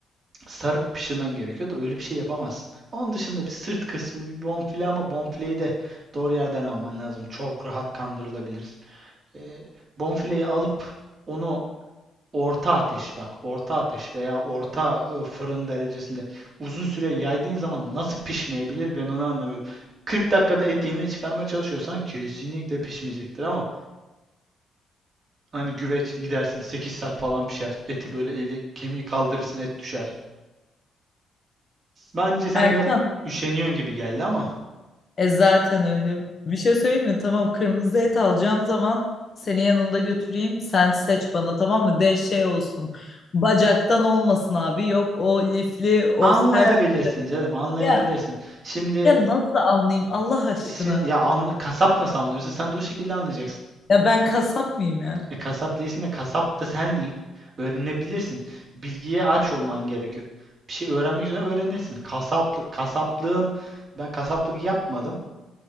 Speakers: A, on the right; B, on the left.
A: sarıp pişirmen gerekiyor da öyle bir şey yapamazsın. Onun dışında bir sırt kısmı bir bonfile ama bonfileyi de doğru yerden alman lazım. Çok rahat kandırılabilirsin. Ee, bonfileyi alıp onu orta ateş bak orta ateş veya orta e, fırın derecesinde uzun süre yaydığın zaman nasıl pişmeyebilir ben onu anlamıyorum. 40 dakikada et yemeği çıkarmaya çalışıyorsan kesinlikle pişmeyecektir ama hani güveç gidersin 8 saat falan pişer. Eti böyle eli kemiği kaldırırsın et düşer. Bence sen
B: Erkan
A: biraz üşeniyorsun gibi geldi ama
B: e zaten öyle bir şey söyleyeyim mi? Tamam kırmızı et alacağım zaman seni yanımda götüreyim sen seç bana tamam mı? De şey olsun bacaktan olmasın abi yok o lifli o
A: anlayabilirsin
B: sert olacak.
A: canım, anlayabilirsin.
B: Ya,
A: Şimdi
B: ya nasıl anlayayım Allah aşkına?
A: şimdi ya an- kasap nasıl anlıyorsa sen de o şekilde anlayacaksın.
B: Ya ben kasap mıyım ya?
A: E kasap değilsin de kasap da sen değil. Öğrenebilirsin. Bilgiye aç olman gerekiyor. Bir şey öğrenmek üzere öğrenirsin. Kasaplık, kasaplığın ben kasaplık yapmadım